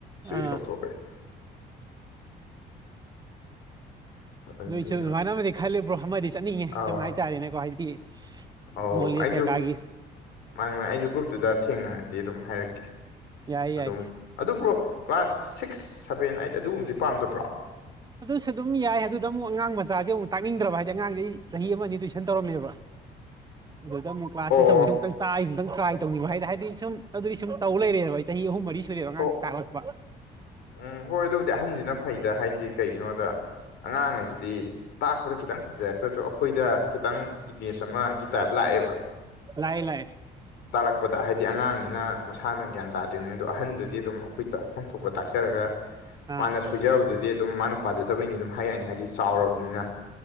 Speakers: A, on the left; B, on the right.
A: ꯁꯤꯚꯤꯛꯁ
B: ꯑꯥ
A: ꯂꯧꯊꯣꯛꯈ꯭ꯔꯦ ꯑꯗꯨꯅ
B: ꯅꯣꯏꯁꯨ ꯑꯗꯨꯃꯥꯏꯅꯕꯨꯗꯤ ꯈꯜꯂꯦ ꯕ꯭ꯔꯣ ꯑꯃꯥꯗꯤ ꯆꯠꯅꯤꯡꯉꯦ
A: ꯑꯧ
B: ꯁꯨꯝ ꯍꯥꯏꯇꯥꯔꯦꯅꯦꯀꯣ ꯍꯥꯏꯗꯤ
A: ꯑꯧ
B: ꯅꯣꯂꯦꯖ
A: ꯑꯩꯁꯨ
B: ꯀꯩꯀꯥꯒꯤ
A: ꯃꯥꯅꯦ ꯃꯥꯅꯦ ꯑꯩꯁꯨ ꯒ꯭ꯔꯨꯞꯇꯨꯗ ꯊꯦꯡꯅꯔꯗꯤ ꯑꯗꯨꯝ ꯍꯥꯏꯔꯛꯀꯦ
B: ꯌꯥꯏ
A: ꯑꯗꯨꯝ
B: ꯌꯥꯏ
A: ꯑꯗꯨ bro class six seven eight ꯑꯗꯨꯒꯨꯝꯕꯗꯤ ꯄꯥꯝꯗꯕ꯭ꯔꯣ
B: ꯑꯗꯨꯁꯨ ꯑꯗꯨꯝ ꯌꯥꯏ ꯑꯗꯨꯗ ꯑꯃꯨꯛ ꯑꯉꯥꯡ ꯃꯆꯥꯗꯤ ꯑꯃꯨꯛ ꯇꯥꯛꯅꯤꯡꯗ꯭ꯔꯕ ꯍꯥꯏꯗꯤ ꯑꯉꯥꯡꯆꯩ ꯆꯍꯤ ꯑꯃ ꯑꯅꯤ ꯇꯨꯏꯁꯟ ꯇꯧꯔꯝꯃꯦꯕ ꯑꯗꯨꯗ ꯑꯃꯨꯛ ꯀ꯭ꯂꯥꯁꯁꯦ
A: ꯑꯣ
B: ꯑꯆꯧꯕꯁꯤ ꯑꯃꯨꯛꯇꯪ ꯇꯥꯏ ꯑꯝꯇꯪ ꯇꯔꯥꯏ ꯇꯧꯅꯤꯡꯕ ꯍꯥꯏꯅ ꯍꯥꯏꯗꯤ ꯁꯨꯝ ꯑꯗꯨꯗꯤ ꯁꯨꯝ ꯇꯧ ꯂꯩꯔꯦꯕ ꯑꯩ ꯆꯍꯤ ꯑꯍꯨꯝ ꯃꯔꯤ ꯁꯨꯔꯦꯕ ꯑꯉꯥꯡ
A: ꯍꯣ
B: ꯇꯥꯛꯂꯛꯄ
A: ꯎꯝ ꯍꯣꯏ ꯑꯗꯨꯕꯨꯗꯤ ꯑꯍꯟꯖꯤꯅ ꯐꯩꯗ ꯍꯥꯏꯗꯤ ꯀꯩꯒꯤꯅꯣꯗ ꯑꯉꯥꯡ ꯍꯥꯏꯁꯤꯗꯤ ꯇꯥꯛꯄꯗ ꯈꯤꯇꯪ ꯐꯖꯔꯛꯇ꯭ꯔꯁꯨ ꯑꯩꯈꯣꯏꯗ ꯈꯤꯇꯪ ꯏꯚꯦꯟꯁ ꯑꯃꯥ ꯒꯤ ꯇꯥꯏꯞ ꯂꯥꯛꯑꯦꯕ
B: ꯂꯥꯛꯑꯦ ꯂꯥꯛꯑꯦ
A: ꯇꯥꯛꯂꯛꯄꯗ ꯍꯥꯏꯗꯤ ꯑꯉꯥꯡꯅꯤꯅ ꯃꯁꯥꯅ ꯒ꯭ꯌꯥꯟ ꯇꯥꯗ꯭ꯔꯤꯝꯅꯤꯅ ꯑꯗꯣ ꯑꯍꯟꯗꯨꯗꯤ ꯑꯗꯨꯝ ꯑꯩꯈꯣꯏ ꯇꯥꯛꯐꯝ ꯊꯣꯛꯕ ꯄꯥ ꯇꯥꯛꯆꯔꯒ
B: ꯑꯥ
A: ꯃꯥꯅ ꯁꯣꯏꯖꯕꯗꯨꯗꯤ ꯑꯗꯨꯝ ꯃꯥꯅ ꯄꯥꯖꯗꯕꯩꯅꯤ ꯑꯗꯨꯝ ꯍꯥꯏ ꯌꯥꯏꯅ ꯍꯥꯏꯗꯤ ꯆꯥꯎꯔꯕꯅꯤꯅ